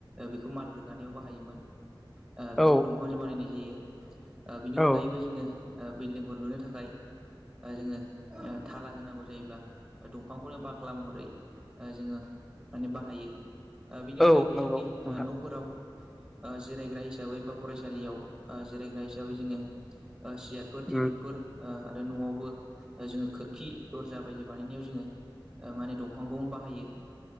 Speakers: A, on the right; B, in the centre.
A: बेखौ माल रोगानायाव बाहायोमोन। बेखौबो
B: औ
A: दंफांजों बानायनाय जायो बिनि
B: औ
A: अनगायैबो जोङो बिल्डिंफोर लुनो थाखाय जोङो थाला होनांगौ जायोब्ला दंफांखौनो बाखाला महरै जोङो माने बाहायो बिनि अनगायैबो
B: औ नंगौ
A: जोंनि
B: नोंथां
A: न'फोराव जिरायग्रा हिसाबै बा फरायसालियाव जिरायग्रा हिसाबै जोङो सियारफोर टेबोलफोर
B: उम
A: आरो न'आवबो जोङो खोरखि दरजा बायदि बानायनायाव जोङो माने दंफांखौनो बाहायो